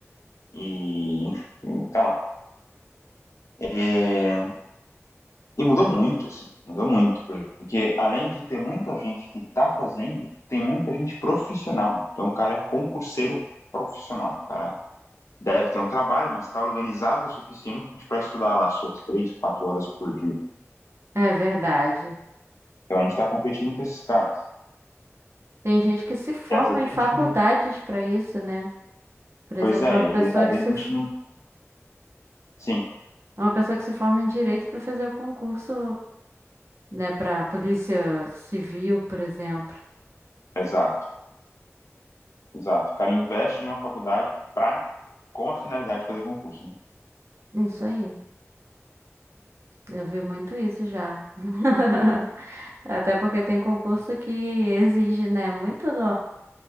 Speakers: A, on the left; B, on the right.
A: E enfim, tá lá. É, E mudou muito, assim, mudou muito. Porque além de ter muita gente que tá fazendo, tem muita gente profissional. Então o cara é concurseiro profissional. O cara deve ter um trabalho, mas está organizado o suficiente para estudar lá suas três, quatro horas por dia.
B: É verdade.
A: Então a gente está competindo com esses caras.
B: Tem gente que se forma
A: E às vezes
B: em
A: a
B: faculdades
A: gente não.
B: pra isso, né? Por exemplo,
A: Pois é,
B: uma
A: e
B: pessoa
A: às vezes às
B: que
A: vezes
B: se,
A: a
B: f-
A: gente não. Sim,
B: uma pessoa que se forma em direito para fazer o concurso, né, para polícia civil, por exemplo.
A: exato, exato. O cara investe numa faculdade pra, com a finalidade de fazer concurso, né?
B: Isso aí. Eu vi muito isso já. <laughs> Até porque tem concurso que exige, né, muito do...